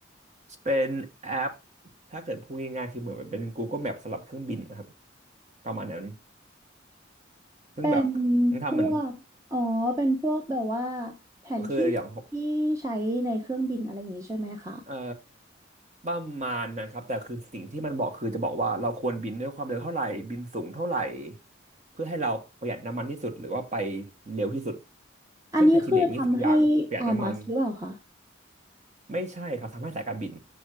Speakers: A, on the right; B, on the right.
A: เป็นแอปถ้าเกิดพูดง่ายๆคือเหมือนเป็น Google Map สำหรับเครื่องบินนะครับประมาณนั้น ซึ่งแบบมันทำเหมือน
B: เป็นพวกอ๋อเป็นพวกแบบว่าแผนที่ที่ใช้ในเครื่องบินอะไรอย่างงี้ใช่ไหมคะ
A: คืออย่างเอ่อประมาณนะครับแต่คือสิ่งที่มันบอกคือจะบอกว่าเราควรบินด้วยความเร็วเท่าไหร่บินสูงเท่าไหร่เพื่อให้เราประหยัดน้ำมันที่สุดหรือว่าไปเร็วที่สุด
B: อันนี้คือทำให้
A: ซึ่งไคทีเรียมีสองอย่างประหยัดน้ำมัน
B: Airbus หรือเปล่าคะ
A: ไม่ใช่ครับทำให้สายการบิน